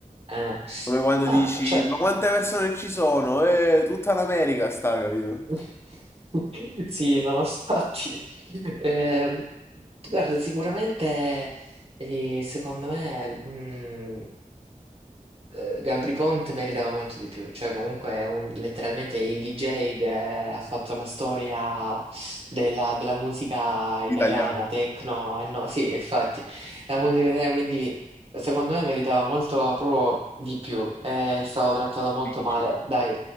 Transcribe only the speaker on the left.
Come quando
dici,
ma quante persone ci sono? Eh, tutta l'America sta, capito?
L'italiano.
Vinci.